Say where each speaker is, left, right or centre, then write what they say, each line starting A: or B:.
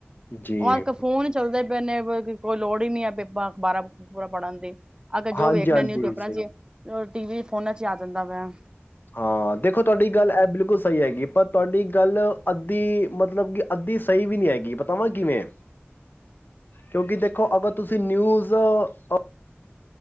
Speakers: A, on the left; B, on the right.
A: ਜੀ।
B: ਉਜ ਫੋਨ ਹੀ ਚੱਲਦੇ ਪਏ ਨੇ ਕੋਈ ਲੋੜ ਹੀ ਨੀ ਹੈ ਪੇਪਾਂ ਅਖ਼ਬਾਰਾਂ-ਅਖਬੂਰਾਂ ਪੜ੍ਹਨ ਦੀ। ਅਗਰ
A: ਹਾਂਜੀ-ਹਾਂਜੀ,
B: ਜੋ ਵੇਖਣਾ ਨਿਊਜ਼ ਪੇਪਰਾਂ
A: ਸਹੀ
B: ਚ ਟੀ ਵੀ ਫੋਨਾਂ ਚ ਆ ਜਾਂਦਾ ਵਾ।
A: ਹਾਂ ਦੇਖੋ ਤੁਹਾਡੀ ਗੱਲ ਇਹ ਬਿਲਕੁਲ ਸਹੀ ਹੈਗੀ ਪਰ ਤੁਹਾਡੀ ਗੱਲ ਅੱਧੀ ਮਤਲਬ ਕਿ ਅੱਧੀ ਸਹੀ ਵੀ ਨਹੀਂ ਹੈਗੀ ਪਤਾਵਾਂ ਕਿਵੇਂ। ਕਿਉਂਕਿ ਦੇਖੋ ਅਗਰ ਤੁਸੀਂ ਨਿਊਜ਼ ਅ